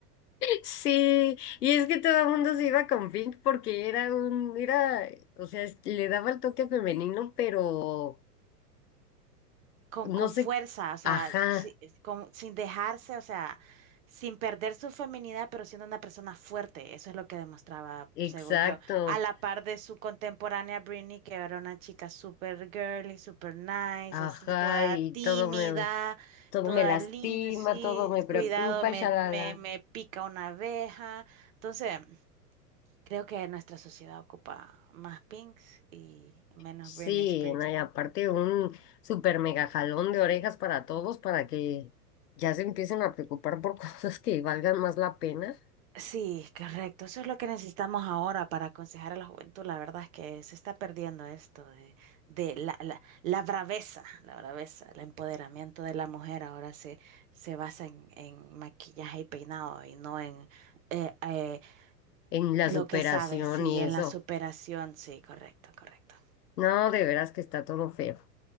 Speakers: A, on the left; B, on the right.
A: Sí, y es que todo el mundo se iba con Pink porque era un, era, o sea, es- le daba el toque femenino, pero
B: con,
A: no
B: con
A: sé,
B: fuerza, o sea,
A: ajá.
B: si- con- sin dejarse, o sea, sin perder su feminidad, pero siendo una persona fuerte. Eso es lo que demostraba,
A: Exacto,
B: según yo. A la par de su contemporánea Britney, que era una chica súper girly, súper nice,
A: ajá,
B: así, toda
A: y
B: tímida,
A: todo me, todo
B: toda
A: me lastima,
B: linda, así,
A: todo me preocupa,
B: cuidado, me,
A: shalala.
B: me, me pica una abeja. Entonces, creo que nuestra sociedad ocupa más Pinks y menos
A: Sí,
B: Britney Spears.
A: no, y aparte un super mega jalón de orejas para todos para que ya se empiecen a preocupar por <laughs> cosas que valgan más la pena
B: Sí, correcto. Eso es lo que necesitamos ahora para aconsejar a la juventud. La verdad es que se está perdiendo esto de, de la, la, la braveza, la braveza, el empoderamiento de la mujer ahora se, se basa en, en maquillaje y peinado y no en eh, eh,
A: en la
B: lo
A: superación
B: que sabe, sí,
A: y
B: en
A: eso.
B: la superación. Sí, correcto, correcto.
A: No, de veras que está todo feo,